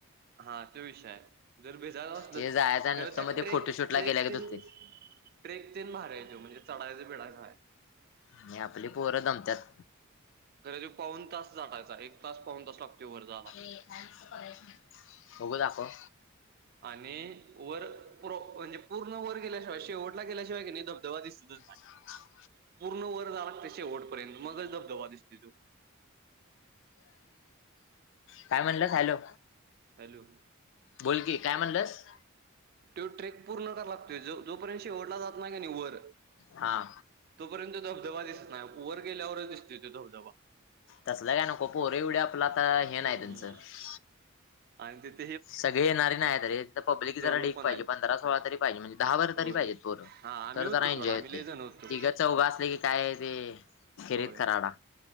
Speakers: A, on the right; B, on the left.
A: हा त्यो विषय आहे. जर भिजायचं असलं
B: ते जायचं
A: खरं
B: नुसतं
A: त्या
B: मग ते
A: ट्रेक-ट्रेक
B: फोटोशूटला गेल्यागत
A: तेण
B: होतंय.
A: ट्रेक तेन भारी आहे त्यो म्हणजे, चढायचं बीडायचं आहे.
B: आणि आपली पोरं दमत्यात.
A: खरं त्यो पाऊन तास झाटायचा, एक तास पाऊन तास लागतोय वर जायाला.
B: <unintelligible> बघू दाखवं.
A: आणि वर पूर म्हणजे पूर्ण वर गेल्याशिवाय शेवटला गेल्याशिवाय कणी धबधबा दिसतच नाही.
B: <unintelligible>
A: पूर्ण वर जायाला लागतंय शेवटपर्यंत मगच धबधबा दिसत्योय त्यो.
B: काय म्हणलात हॅलो!
A: हॅलो!
B: बोल की काय म्हणलंस?
A: तो ट्रेक पूर्ण करायला लागतोय जो-जोपर्यंत शेवटला जात नाही कणी वर
B: हा
A: तोपर्यंत धबधबा दिसत नाही वर गेल्यावरच दिसतोय त्यो धबधबा.
B: तसलं काय नको पोर एवढी आपलं आता हे
A: हम्म
B: नाही त्यांच.
A: आणि ते.
B: सगळे येणारी नाहीत रे त पब्लिक
A: जळू
B: जरा ढीक
A: पण
B: पाहिजे,
A: आहेत.
B: पंधरा सोळा तरी पाहिजे म्हणजे दहा वर
A: होय
B: तरी पाहिजेत. त्वर
A: हा आम्ही
B: तर
A: होतो
B: जरा
A: सोड
B: एन्जॉय
A: आम्ही
B: येतेय,
A: लय जण होतो
B: तिगं चौघ असले की काय ते खेरीत
A: होय.
B: कराडा.